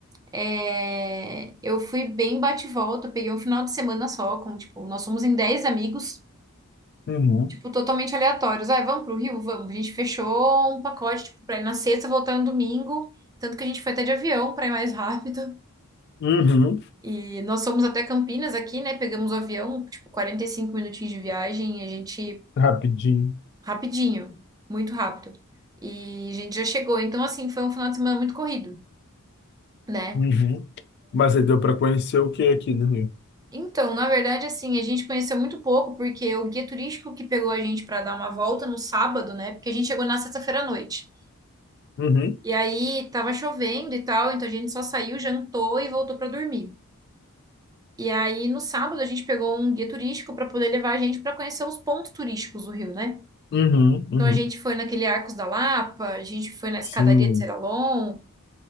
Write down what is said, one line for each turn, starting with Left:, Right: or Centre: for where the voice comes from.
Right: é, eu fui bem bate e volta, eu peguei um final de semana só, com, tipo, nós somos em 10 amigos,
Left: Uhum,
Right: tipo, totalmente aleatórios. Ah, vamos pro Rio? Vamos. A gente fechou um pacote, tipo, pra ir na sexta, voltar no domingo, tanto que a gente foi até de avião pra ir mais rápido.
Left: uhum,
Right: E nós fomos até Campinas aqui, né? Pegamos o avião, tipo, 45 minutinhos de viagem, e a gente,
Left: rapidinho.
Right: rapidinho, muito rápido. E a gente já chegou. Então, assim, foi um final de semana muito corrido né?
Left: Uhum. Mas aí deu para conhecer o que aqui no Rio?
Right: Então, na verdade, assim, a gente conheceu muito pouco, porque o guia turístico que pegou a gente para dar uma volta no sábado, né? Porque a gente chegou na sexta-feira à noite.
Left: Uhum,
Right: E aí tava chovendo e tal, então a gente só saiu, jantou e voltou para dormir. E aí no sábado a gente pegou um guia turístico para poder levar a gente para conhecer os pontos turísticos do Rio, né?
Left: uhum,
Right: Então
Left: uhum.
Right: a gente foi naquele Arcos da Lapa, a gente foi na escadaria
Left: Sim,
Right: de Seralon,